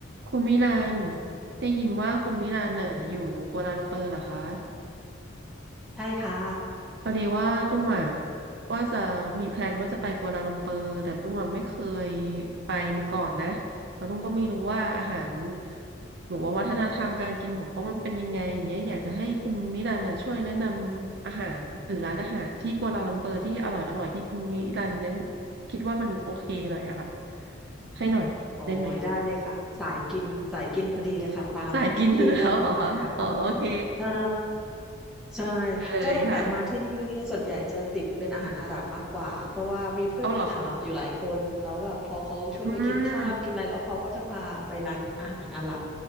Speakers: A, on the right; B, in the centre.
A: คุณมิลานได้ยินว่าคุณมิลานน่ะอยู่กัวลาลัมเปอร์เหรอคะ
B: ใช่ค่ะ
A: พอดีว่าตุ้มอ่ะว่าจะมีแพลนว่าจะไปกัวลาลัมเปอร์แต่ตุ้มอ่ะไม่เคยไปมาก่อนนะแล้วตุ้มก็ไม่รู้ว่าอาหารหรือว่าวัฒนธรรมการกินของเขามันเป็นยังไงอย่างเงี้ยอยากจะให้คุณมิลานน่ะช่วยแนะนำอาหารหรือร้านอาหารที่กัวลาลัมเปอร์ที่อร่อยอร่อยที่คุณมิลานนั้นคิดว่ามันโอเคหน่อยอะค่ะให้หน่อยได้ไหม
B: โอ้ยได้เลยค่ะสายกินสายกินพอดีเลยค่ะตามทุกที่ที่มีอาหารอร่อย
A: สายกินอยู่แล้วเหรอคะอ๋อโอเค
B: ใช่ใช่
A: ดีเลยค่ะ
B: ก็ตั้งแต่มาที่นี่เนี่ยส่วนใหญ่จะติดเป็นอาหารอาหรับมากกว่าเพราะว่ามีเพื่อนเป็นอาหรับอยู่หลายคนแล้วแบบพอเขาชวนไปกินข้าวกินอะไรแล้วเขาก็จะพาไปร้านอาหารอาหรับ
A: เอาเหรอคะอืม